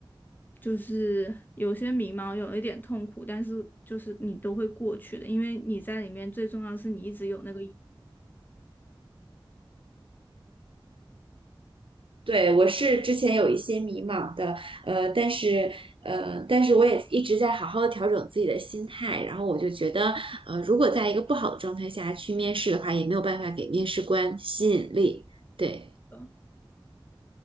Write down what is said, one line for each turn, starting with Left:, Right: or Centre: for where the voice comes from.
Left: 就是有些迷茫，有一点痛苦，但是就是你都会过去的，因为你在里面最重要的是你一直有那个勇气
Right: 对，我是之前有一些迷茫的，呃，但是，呃，但是我也一直在好好的调整自己的心态，然后我就觉得，呃，如果在一个不好的状态下去面试的话，也没有办法给面试官吸引力。对，
Left: 哦。